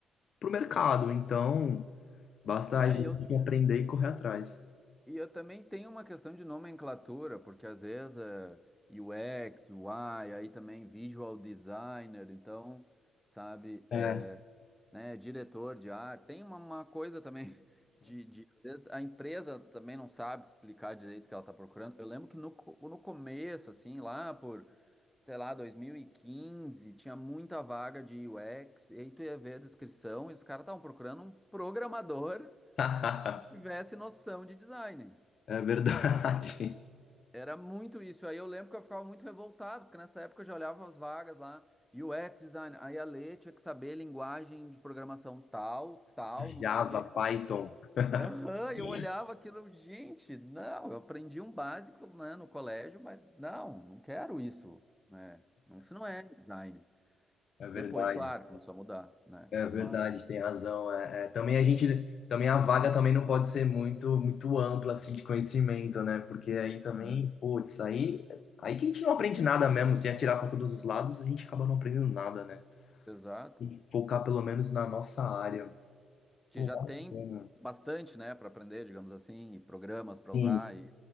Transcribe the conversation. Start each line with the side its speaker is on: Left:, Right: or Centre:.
Left: o mercado, então basta
Centre: É,
Left: a gente
Centre: e eu,
Left: aprender e correr atrás.
Centre: e eu também tenho uma questão de nomenclatura, porque às vezes é UX, UI, aí também visual designer, então, sabe,
Left: É.
Centre: né, diretor de arte. Tem uma, uma coisa também <laughs> de, de- às vezes a empresa também não sabe explicar direito o que ela está procurando. Eu lembro que no, co- no começo, assim, lá por, sei lá, 2015, tinha muita vaga de UX, e aí tu ia ver a descrição e os caras estavam procurando um programador
Left: <laughs>
Centre: <laughs> que tivesse noção de design.
Left: É verdade.
Centre: Era muito isso. Aí eu lembro que eu ficava muito revoltado, porque nessa época eu já olhava as vagas lá. UX design, aí a Lê tinha que saber linguagem de programação tal, tal, não
Left: Java,
Centre: sei o quê.
Left: Python,
Centre: Aham, eu
Left: é
Centre: olhava aquilo, gente, não, eu aprendi um básico, né, no colégio, mas não, não quero isso, né? Não, isso não é design.
Left: verdade.
Centre: Depois, claro, começou a mudar, né?
Left: É
Centre: Mas,
Left: verdade, tem razão. É, é, também a gente, também a vaga também não pode ser muito, muito ampla assim de conhecimento, né? Porque aí também,
Centre: sim,
Left: putz, aí, aí que a gente não aprende nada mesmo. Se atirar para todos os lados, a gente acaba não aprendendo nada, né?
Centre: exato,
Left: Tem que focar pelo menos na nossa área.
Centre: que
Left: Pô,
Centre: já
Left: bacana.
Centre: tem bastante, né, para aprender, digamos assim, e programas para
Left: Sim,
Centre: usar, e